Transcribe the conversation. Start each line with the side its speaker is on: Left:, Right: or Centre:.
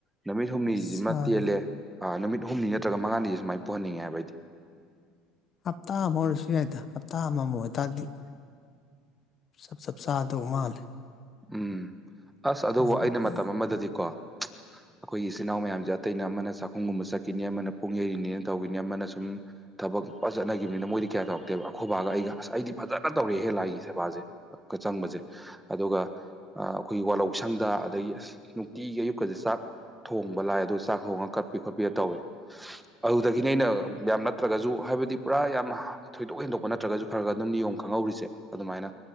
Centre: ꯅꯨꯃꯤꯠ ꯍꯨꯝꯅꯤꯁꯤꯃ
Left: ꯁꯥꯡꯉꯦ,
Centre: ꯇꯦꯜꯂꯦ ꯅꯨꯃꯤꯠ ꯍꯨꯝꯅꯤ ꯅꯠꯇ꯭ꯔꯒ ꯃꯉꯥꯅꯤ ꯁꯨꯃꯥꯏꯅ ꯄꯨꯍꯟꯅꯤꯡꯉꯦ ꯍꯥꯏꯕꯗꯤ
Left: ꯍꯞꯇꯥ ꯑꯃ ꯑꯣꯏꯔꯁꯨ ꯌꯥꯏꯗ ꯍꯞꯇꯥ ꯑꯃꯃ ꯑꯣꯏꯇꯥꯔꯗꯤ ꯁꯞꯁ ꯐꯥꯗꯣ ꯎꯃꯜ
Centre: ꯎꯝ ꯑꯁ ꯑꯗꯨꯕꯨ
Left: ꯏꯕꯥꯅꯤ
Centre: ꯑꯩꯅ
Left: ꯄꯣꯠꯇꯣ
Centre: ꯃꯇꯝ ꯑꯃꯗꯗꯤꯀꯣ ꯑꯩꯈꯣꯏꯒꯤ ꯏꯆꯤꯟ ꯏꯅꯥꯎ ꯃꯌꯥꯝꯁꯦ ꯑꯇꯩꯅ ꯑꯃꯅ ꯆꯥꯛꯈꯨꯝꯒꯨꯝꯕ ꯆꯠꯈꯤꯅꯤ ꯑꯃꯅ ꯄꯨꯡ ꯌꯩꯔꯤꯅꯤꯅ ꯇꯧꯈꯤꯅꯤ ꯑꯃꯅ ꯁꯨꯝ ꯊꯕꯛ ꯄꯥꯆꯠꯅꯈꯤꯕꯅꯤꯅ ꯃꯣꯏꯗꯤ ꯀꯌꯥ ꯇꯧꯔꯛꯇꯦꯕ ꯑꯩꯈꯣꯏꯕꯥꯒ ꯑꯩꯒ ꯑꯁ ꯑꯩꯗꯤ ꯐꯖꯅ ꯇꯧꯔꯛꯑꯦꯍꯦ ꯂꯥꯏꯒꯤ ꯁꯦꯕꯥꯁꯦ ꯆꯪꯕꯁꯦ ꯑꯗꯨꯒ ꯑꯥ ꯑꯩꯈꯣꯏꯒꯤ ꯋꯥꯂꯣꯛꯁꯪꯗ ꯑꯗꯒꯤ ꯑꯁ ꯅꯨꯡꯇꯤꯒꯤ ꯑꯌꯨꯛꯀꯁꯦ ꯆꯥꯛ ꯊꯣꯡꯕ ꯂꯥꯛꯑꯦ ꯑꯗꯨꯒ ꯆꯥꯛ ꯊꯣꯡꯉꯒ ꯀꯠꯄꯤ ꯈꯣꯠꯄꯤ ꯇꯧꯋꯦ ꯑꯗꯨꯗꯒꯤꯅꯦ ꯑꯩꯅ ꯌꯥꯝ ꯅꯠꯇ꯭ꯔꯒꯁꯨ ꯍꯥꯏꯕꯗꯤ ꯄꯨꯔꯥ ꯌꯥꯝ ꯊꯣꯏꯗꯣꯛ ꯍꯦꯟꯗꯣꯛꯄ ꯅꯠꯇ꯭ꯔꯒꯁꯨ ꯈꯔ ꯈꯔ ꯑꯗꯨꯝ ꯅꯤꯌꯣꯝ ꯈꯪꯍꯧꯔꯤꯁꯦ ꯑꯗꯨꯃꯥꯏꯅ